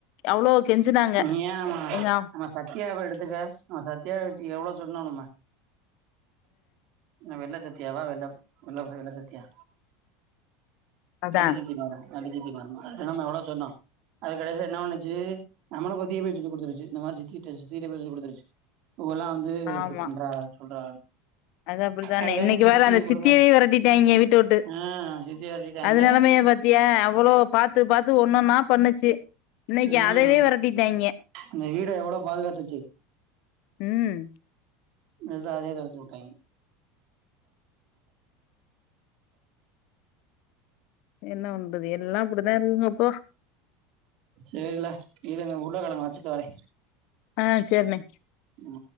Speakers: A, on the left; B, on the right.
A: அவ்ளோ கெஞ்சுனாங்க
B: நீ ஏன் அவ
A: எங்க
B: நம்ம சத்யாவ எடுத்துக்க நம்ம சத்யாக் கு எவ்ளோ சொன்னோ நம்ம ஆ வெள்ள சத்யாவா வெள்ள வெள்ள புள்ளதான சத்யா
A: அதா
B: <unintelligible> மவ <unintelligible> மருமவ <unintelligible> எவ்ள வோ சொன்னா அது கடைசில என்ன பண்ணுச்சு நம்மள பத்தியே போய் சொல்லி குடுத்துருச்சு இந்த மாரி சித்திகிட்ட சித்திகிட்ட போய் சொல்லி குடுத்துருச்சு இவல்லா வந்து
A: ஆமா
B: இப்டி பண்றா சொல்றா
A: அது அப்டிதாண்ணே
B: அதுல
A: இன்னைக்கி
B: இருந்து சித்தி
A: பாரு அந்த சித்தியவே
B: ஒழுங்கா
A: வெரட்டிட்டாய்ங்க வீட்ட விட்டு
B: ஆ சித்தி விரட்டிட்டாய்ங்க
A: அது நெலைமைய பாத்தியா அவ்ளோ பாத்து பாத்து ஒண்ணொன்னா பண்ணுச்சு இன்னைக்கி
B: ம்
A: அதையவே வெரட்டிட்டாய்ங்க
B: அந்த வீட எவ்ளோ பாதுகாத்துச்சு
A: உம்
B: அதா அதையே தொரத்தி விட்டாய்ங்க
A: என்ன பண்றது எல்லா அப்பிடிதா இருக்குங்க இப்போ
B: சேரிலே இரு நா உருளக்கெழங்க வச்சுட்டு வரே
A: ஆஹ் சேரிண்ணே
B: ம்